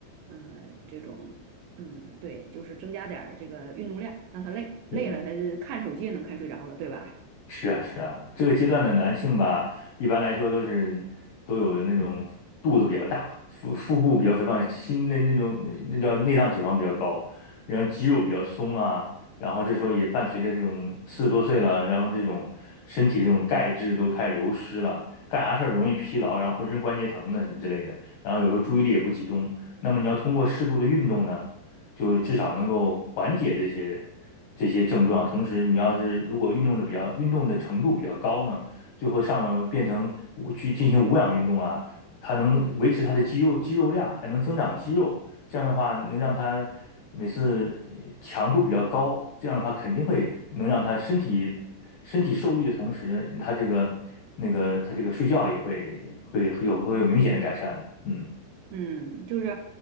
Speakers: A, on the right; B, on the left.
A: 呃，这种，嗯，对，就是增加点儿这个运动量，让他累累了他就看手机也能看睡着了，
B: 对。
A: 对吧？
B: 是啊，是啊，这个阶段的男性吧，一般来说都是都有那种肚子比较大，腹腹部比较肥胖，心那那种那那叫内脏脂肪比较高，然后肌肉比较松啊，然后这时候也伴随着这种四十多岁了，然后这种身体这种钙质都开始流失了，干啥事儿容易疲劳，然后浑身关节疼的什么之类的，然后有时候注意力也不集中。那么你要通过适度的运动呢？就至少能够缓解这些这些症状。同时，你要是如果运动的比较运动的程度比较高呢，最后上了变成去进行无氧运动啊，它能维持它的肌肉肌肉量，还能增长肌肉。这样的话，能让它每次呃强度比较高，这样的话肯定会能让他身体身体受益的同时，他这个那个他这个睡觉也会会有会有明显的改善的，嗯。
A: 嗯，就是，